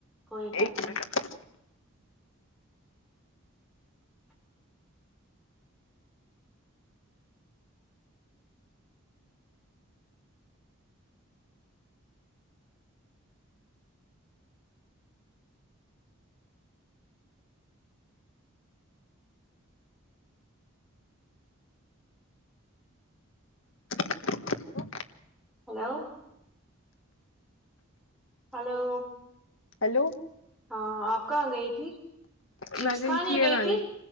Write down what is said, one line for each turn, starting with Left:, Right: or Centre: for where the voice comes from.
Centre: کوئی بات
Left: ایک
Centre: نہیں
Left: منٹ <unintelligible>
Centre: ہلو ہلو
Left: ہیلو
Centre: ہاں آپ کہاں گئی تھی چپس
Left: میں
Centre: کہانے
Left: یہ
Centre: گئی
Left: لانے
Centre: تھی